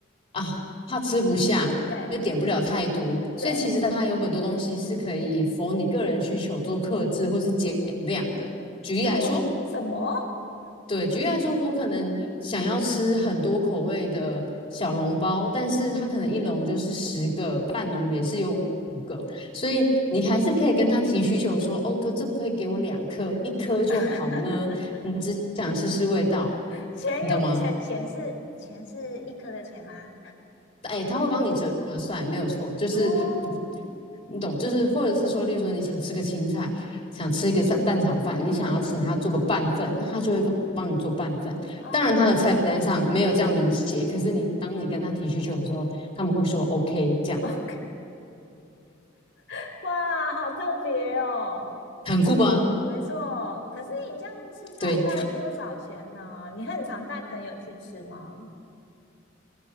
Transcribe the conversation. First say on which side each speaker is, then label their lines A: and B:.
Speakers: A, on the left (about 30°); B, on the left (about 65°).
A: 啊怕吃不下，
B: 对
A: 又点不了太多。所以其实它有很多东西是可以否你个人需求做克制或是减量的。
B: 对，
A: 举例来说。
B: 什什么？
A: 对，举例来说，我可能想要吃很多口味的小笼包，但是它可能一笼就是十个，半笼也是有五五个，所以你还是可以跟他提需求说，哦哥，这不可以给我两颗，一颗就好呢？
B: <laughs>
A: 你只想试试味道，
B: 钱有钱钱是钱是一颗的钱吗？
A: 你懂吗？哎，他会帮你折算，没有错，就是不，
B: 哦，
A: 你懂，就是或者是说，例如说你想吃个青菜，想吃一个蛋蛋炒饭，你想要请他做个半份，
B: 嗯，
A: 那他就会帮你做半份。
B: 哦
A: 当然，他的菜单上没有这样明写，可是你当你跟他提需求的时候，他们会说 OK，这样
B: ，OK，<laughs> 哇，好特别哦，
A: 很酷吧？
B: 没错。可是你这样吃下来大概多少钱呢、
A: 对。
B: 你很常带朋友去吃吗？